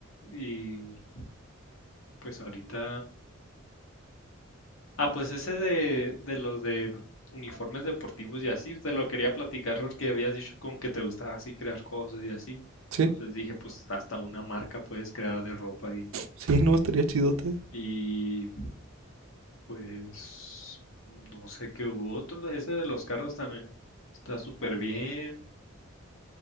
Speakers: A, on the left; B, on the right.
A: Y pues ahorita Ah, pues ese de, de los de uniformes deportivos y así, te lo quería platicar porque habías dicho con que te gustaba así crear cosas y así.
B: sí,
A: Entonces dije, pues hasta una marca puedes crear de ropa y,
B: sí, no, estaría chidote.
A: y pues no sé qué hubo otro. Ese de los carros también está súper bien.